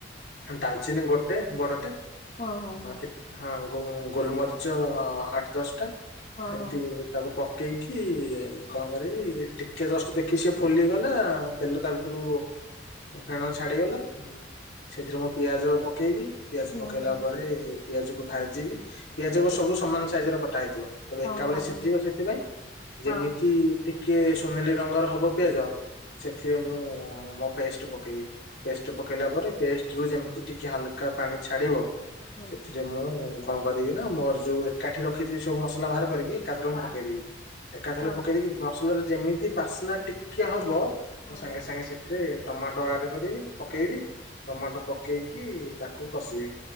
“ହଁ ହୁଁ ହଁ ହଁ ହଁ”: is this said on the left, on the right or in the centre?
Left